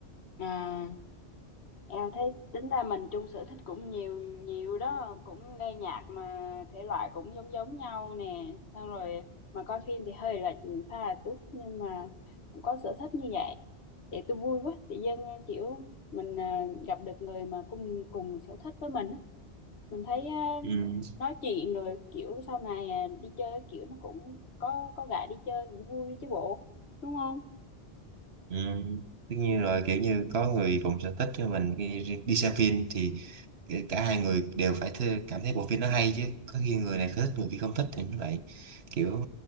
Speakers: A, on the left; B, on the right.
A: à em thấy tính ra mình chung sở thích cũng nhiều nhiều đó cũng nghe nhạc mà thể loại cũng giống giống nhau nè xong rồi mà coi phim thì hơi lệch pha là túc nhưng mà cũng có sở thích như vậy để tôi vui quá tự dưng ờ, kiểu mình à, gặp được người mà cùng cùng sở thích với mình á mình thấy à,
B: ừ.
A: nói chuyện rồi kiểu sau này à, đi chơi kiểu nó cũng có có gã đi chơi cũng vui chứ bộ đúng không
B: Ừ. Tất nhiên rồi kiểu như có người cùng sở thích với mình đi, đi xem phim thì kể cả hai người đều phải thê, cảm thấy bộ phim nó hay chứ có khi người này thích người kia không thích thì nó lại kiểu